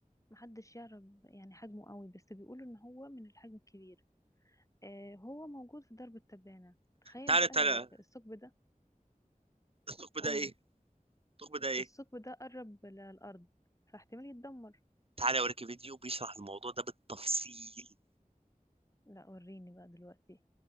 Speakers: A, on the left; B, on the right.
A: محدش يعرف يعني حجمه قوي بس بيقولوا ان هو من الحجم الكبير آه هو موجود في درب التبانة تخيل
B: تعالى
A: بقى
B: تعالى
A: لو الثقب ده
B: الثقب
A: قول
B: ده ايه الثقب ده ايه
A: الثقب ده قرب للأرض فاحتمال يتدمر
B: تعالى اوريك فيديو بيشرح الموضوع ده بالتفصيل
A: لا وريني بقى دلوقتي